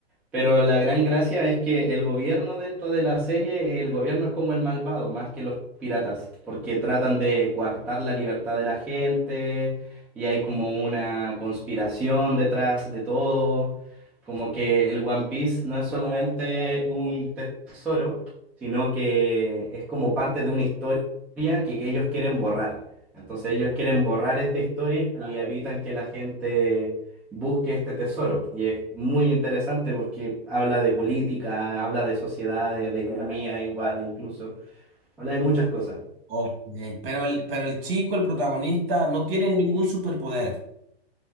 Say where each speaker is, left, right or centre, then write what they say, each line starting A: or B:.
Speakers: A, in the centre; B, on the right.
A: Pero la gran gracia es que el gobierno dentro de la serie, el gobierno es como el malvado, más que los piratas, porque tratan de coartar la libertad de la gente y hay como una conspiración detrás de todo, como que el One Piece no es solamente un tesoro, sino que es como parte de una historia que ellos quieren borrar. Entonces ellos quieren borrar esta historia y evitan que la gente busque este tesoro. Y es muy interesante porque habla de política, habla de sociedades, de economía igual, incluso. Habla de muchas cosas.
B: ok, Pero el, pero el chico, el protagonista, no tiene ningún superpoder.